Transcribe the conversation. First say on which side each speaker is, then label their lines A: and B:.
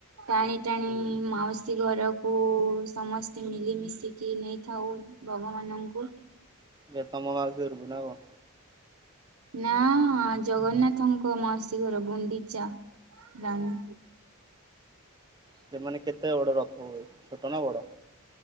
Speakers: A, on the right; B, on the right.
A: ଟାଣି ଟାଣି ମାଉସୀ ଘରକୁ ସମସ୍ତେ ମିଲିମିଶିକି ନେଇଥାଉ। ଭଗବାନଙ୍କୁ।
B: ଯେ ତମ ମାଉସୀ ଘରକୁ ନାଁ କ?
A: ନା ଜଗନ୍ନାଥଙ୍କ ମଉସୀ ଘର ଗୁଣ୍ଡିଚା। ଜାଣି।
B: ସେମାନେେ କେତେ ବଡ ରଥ ହୁଏ ଛୋଟ ନା ବଡ?